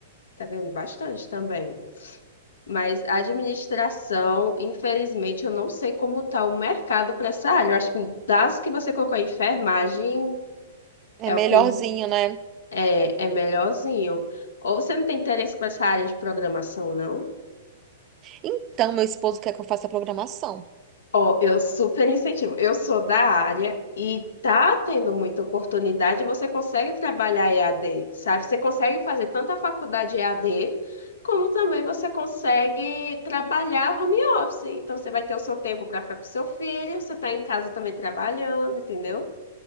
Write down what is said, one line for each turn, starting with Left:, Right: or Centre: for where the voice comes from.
Left: Tá ganhando bastante também. Mas a administração, infelizmente, eu não sei como está o mercado para essa área. Eu acho que das que você colocou, enfermagem
Right: É
Left: é
Right: melhorzinho,
Left: o que
Right: né?
Left: é, é melhorzinho. Ou você não tem interesse para essa área de programação, não?
Right: Então, meu esposo quer que eu faça a programação.
Left: Ó, eu super incentivo. Eu sou da área e tá tendo muita oportunidade. Você consegue trabalhar EAD, sabe? Você consegue fazer tanto a faculdade EAD, como também você consegue trabalhar home office. Então, você vai ter o seu tempo para ficar com seu filho, você tá em casa também trabalhando, entendeu?